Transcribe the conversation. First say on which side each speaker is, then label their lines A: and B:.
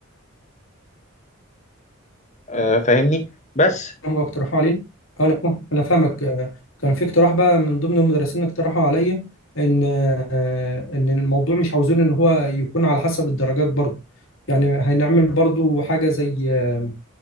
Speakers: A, on the left; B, on the left.
A: آه، فاهمني بس
B: هم اقترحوا علينا اه انا فاهم- انا فاهمك آه، كان في اقتراح بقى من ضمن المدرسين اقترحوا عليا ان آه، ان الموضوع مش عاوزين ان هو يكون على حسب الدرجات برضه يعني هنعمل برضه حاجه زي آه،